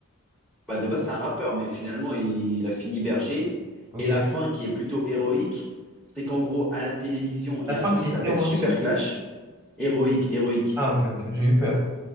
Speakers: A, in the centre; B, on the right.
A: Bah, de base, c'est un rappeur, mais finalement, il, a fini berger.
B: Ok.
A: Et la fin, qui est plutôt héroïque, c'est qu'en gros, à la télévision, il
B: La
A: y
B: fin
A: a un truc
B: qui
A: qui
B: est
A: s'appelle
B: érotique.
A: Super Clash. Héroïque, héroïque.
B: Ah, ok, ok, j'ai eu peur.